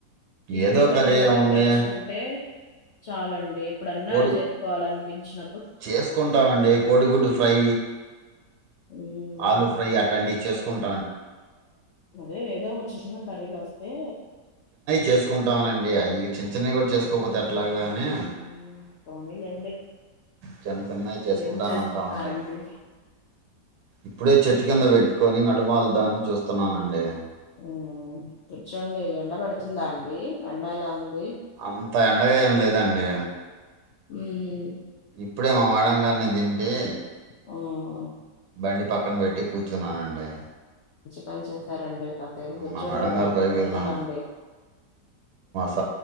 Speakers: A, on the left; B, on the right.
A: ఈజీ
B: ఏదో
A: కర్రీ ఒకటి
B: ఏముంది
A: నేర్చుకుంటే చాలండి ఎప్పుడన్నా
B: కోడి
A: చేసుకోవాలని పెించిన
B: చేసుకుంటామండి కోడిగుడ్డు ఫ్రై
A: హ్మ్.
B: ఆలూ ఫ్రై ఆ టంటి చేసుకున్
A: అదే ఏదో ఒకచ్చి చిన్న కరీలోస్ తె
B: చేసుకుంటానండి అది చిన్న చిన్నవి కూడా చేసుకోకపోతే ఎ ట్లాగలే అని
A: హ్మ్. పోనీలెండి.
B: చిన్న చిన్నవి చేసుకుంటానే
A: ఏం చేస్తున్నారండి?
B: ఉంటామండి ఇప్పుడే చెట్టు కింద పెట్టుకొని నడుమాల్దాని చూస్తున్నానండి
A: ఉమ్ కూర్చోండి ఎండబెడుతుందా అండి ఎండ ఎలా ఉంది?
B: అంత ఎండగా ఏమి లేదండి
A: ఉమ్
B: ఇప్పుడే మా మేడం గారిని దింపి
A: హ్మ్.
B: బండి పక్కన పెట్టి కూర్చున్నానండి
A: పనిచేశారండి కాసేపు కూచ్చోండి
B: మా మేడం
A: బయటకెల్ల
B: గారు పైకి వెళ్ళాం
A: కండి
B: <unintelligible> మా